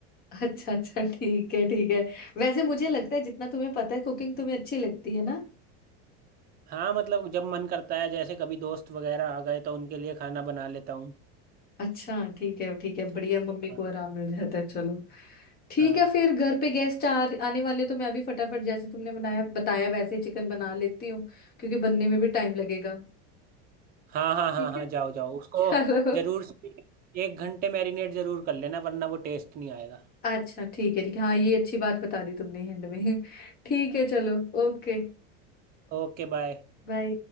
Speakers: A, on the left (about 30°); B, on the right (about 30°).
A: <laughs> अच्छा अच्छा ठीक है ठीक है वैसे मुझे लगता है जितना तुम्हें पता है कुकिंग तुम्हें अच्छी लगती है ना
B: हाँ मतलब जब मन करता है जैसे कभी दोस्त वगैरह आ गए तो उनके लिए खाना बना लेता हूँ
A: अच्छा ठीक है ठीक है बढ़िया मम्मी को
B: हाँ
A: आराम मिल जाता है चलो ठीक
B: हाँ
A: है फिर घर पे गेस्ट आ आने वाले तो मैं अभी फटाफट जैसे तुमने बनाया बताया वैसे ही चिकन बना लेती हूँ क्योंकि बनने में भी टाइम लगेगा
B: हाँ हाँ हाँ
A: ठीक
B: हाँ,
A: है
B: जाओ
A: <laughs>
B: जाओ उसको
A: चलो
B: जरूर से एक घंटे मैरिनेट जरूर कर लेना वरना वो टेस्ट नहीं आएगा
A: अच्छा ठीक है ठीक है हाँ ये अच्छी बात बता दी तुमने एंड में ठीक है चलो Okay
B: Okay bye
A: bye